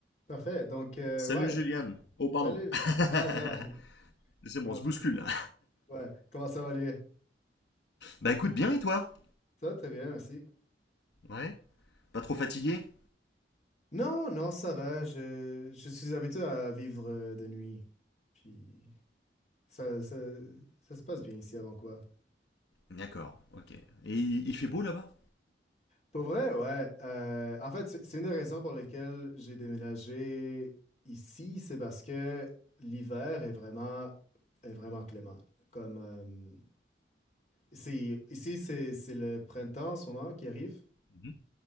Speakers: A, on the left; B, on the left.
A: Parfait. Donc, euh,
B: Salut
A: ouais.
B: Juliane. Oh pardon.
A: Salut. Ah, ça va.
B: <laughs>
A: <laughs>
B: C'est bon,
A: Comment,
B: on se bouscule là.
A: ouais. Comment ça va, lui?
B: Bah écoute bien et toi
A: Ça va très bien, merci.
B: Ouais. Pas trop fatigué
A: Non, non, ça va. Je, je suis habitué à vivre euh, de nuit. Puis, ça, ça, ça se passe bien ici avant quoi.
B: D'accord, ok. Et il il fait beau là-bas
A: Pour vrai, ouais. Euh, en fait, c'est c'est une des raisons pour lesquelles j'ai déménagé ici. C'est parce que l'hiver est vraiment, est vraiment clément. Comme, euh, c'est, ici, c'est c'est le printemps en ce moment qui arrive.
B: Mhm.